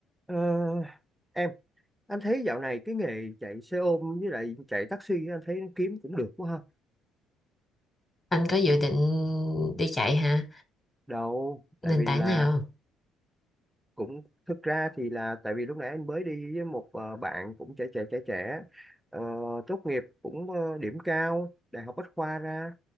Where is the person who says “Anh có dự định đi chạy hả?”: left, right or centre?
Left